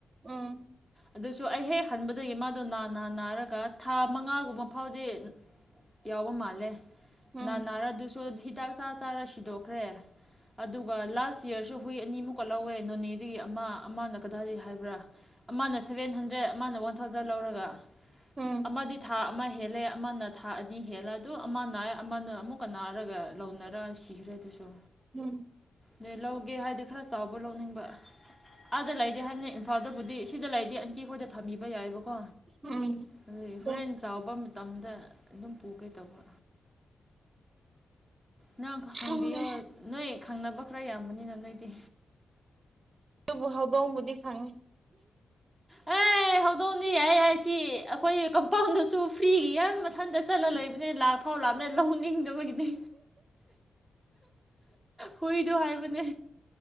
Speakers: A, on the right (about 40°); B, in the centre.
A: ꯎꯝ꯫
B: ꯑꯗꯨꯁꯨ ꯑꯩ ꯍꯦꯛ ꯍꯟꯕꯗꯒꯤ ꯃꯥꯗꯣ ꯅꯥ-ꯅꯥ-ꯅꯥꯔꯒ ꯊꯥ ꯃꯉꯥꯒꯨꯝꯕ ꯐꯥꯎꯗꯤ ꯌꯥꯎꯕ ꯃꯥꯜꯂꯦ
A: ꯎꯝ
B: ꯅꯥ-ꯅꯥꯔ ꯗꯨꯁꯨ ꯍꯤꯗꯥꯛ ꯆꯥ ꯆꯥꯔ ꯁꯤꯗꯣꯛꯈ꯭ꯔꯦ꯫ ꯑꯗꯨꯒ ꯂꯥꯁ ꯌꯦꯔꯁꯨ ꯍꯨꯏ ꯑꯅꯤꯃꯨꯛꯀ ꯂꯧꯋꯦ ꯅꯣꯅꯦꯗꯒꯤ ꯑꯃ ꯑꯃꯅ ꯀꯗꯥꯏꯗꯒꯤ ꯍꯥꯏꯕ꯭ꯔꯥ꯫ ꯑꯃꯅ ꯁꯕꯦꯟ ꯍꯟꯗ꯭ꯔꯦꯠ ꯑꯃꯅ ꯋꯟ ꯊꯥꯎꯖꯟ ꯂꯧꯔꯒ
A: ꯎꯝ
B: ꯑꯃꯗꯤ ꯊꯥ ꯑꯃ ꯍꯦꯜꯂꯦ ꯑꯃꯅ ꯊꯥ ꯑꯅꯤ ꯍꯦꯜꯂ ꯑꯗꯨ ꯑꯃ ꯅꯥꯑꯦ꯫ ꯑꯃꯅ ꯑꯃꯨꯛꯀ ꯅꯥꯔꯒ ꯂꯧꯅꯔ ꯁꯤꯈ꯭ꯔꯦ ꯑꯗꯨꯁꯨ
A: ꯎꯝ
B: ꯗꯨꯏ ꯂꯧꯒꯦ ꯍꯥꯏꯗꯤ ꯈꯔ ꯆꯥꯎꯕ ꯂꯧꯅꯤꯡꯕ ꯑꯥꯗ ꯂꯩꯗꯤ ꯍꯥꯏꯕꯅꯦ ꯏꯝꯐꯥꯜꯗꯕꯨꯗꯤ ꯁꯤꯗ ꯂꯩꯗꯤ ꯑꯟꯇꯤ ꯍꯣꯏꯗ ꯊꯝꯕꯤꯕ ꯌꯥꯏꯕꯀꯣ
A: ꯎꯝ
B: ꯑꯗꯨꯒꯤ
A: ꯑꯗꯨꯝ
B: ꯍꯣꯔꯦꯟ ꯆꯥꯎꯕ ꯃ ꯇꯝꯗ ꯑꯗꯨꯝ ꯄꯨꯒꯦ ꯇꯧꯕ꯫ ꯅꯪ ꯈ ꯍꯪꯕꯤꯌꯣ
A: ꯈꯪꯉꯦ
B: ꯅꯣꯏ ꯈꯪꯅꯕ ꯈ꯭ꯔ ꯌꯥꯝꯕꯅꯤꯅ ꯅꯣꯏꯗꯤ꯫
A: ꯇꯨꯕꯨ ꯍꯧꯗꯣꯡꯕꯨꯗꯤ ꯈꯪꯉꯤ꯫
B: ꯍꯦ ꯍꯧꯗꯣꯡꯗꯤ ꯌꯥꯏ ꯌꯥꯏ ꯁꯤ ꯑꯈꯣꯏ ꯀꯝꯄꯥꯎꯟꯗꯁꯨ ꯐ꯭ꯔꯤꯒꯤ ꯌꯥꯝ ꯃꯊꯟꯗ ꯆꯠꯂ ꯂꯩꯕꯅꯦ ꯂꯥꯛ ꯐꯥꯎ ꯂꯥꯛꯅꯦ ꯂꯧꯅꯤꯡꯗꯕꯒꯤꯅꯤ ꯍꯨꯏꯗꯣ ꯍꯥꯏꯕꯅꯦ